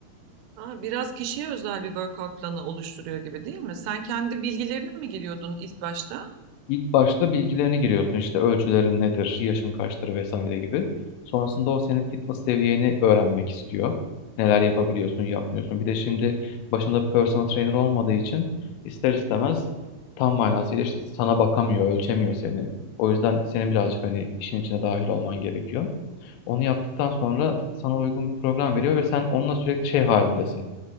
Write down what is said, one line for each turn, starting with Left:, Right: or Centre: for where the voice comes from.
Right: Aa, biraz kişiye özel bir workout planı oluşturuyor gibi değil mi? Sen kendi bilgilerine mi giriyordun ilk başta?
Left: İlk başta bilgilerini giriyorsun işte ölçülerin nedir, yaşın kaçtır vesaire gibi. Sonrasında o senin fitness seviyeni öğrenmek istiyor. Neler yapabiliyorsun, yapmıyorsun. Bir de şimdi başında personal trainer olmadığı için ister istemez tam manasıyla işte sana bakamıyor, ölçemiyor seni. O yüzden senin birazcık hani işin içine dahil olman gerekiyor. Onu yaptıktan sonra sana uygun bir program veriyor ve sen onunla sürekli şey halindesin